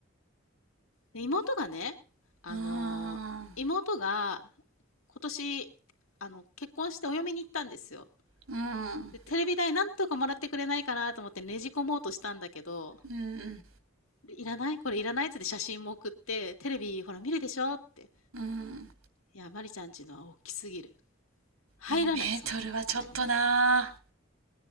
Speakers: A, on the left; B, on the right.
A: で、妹がね、あのー妹が
B: うーん。
A: 今年、あの、結婚してお嫁に行ったんですよ。
B: うん。
A: で、テレビ代なんとかもらってくれないかなと思ってねじ込もうとしたんだけど、
B: うん。
A: でいらないこれいらないっつって写真も送って、テレビほら見るでしょって。
B: うん。
A: いや、マリちゃんちのは大きすぎる。入らない、
B: 2メートルはちょっとなあ
A: そんなの。みたいな。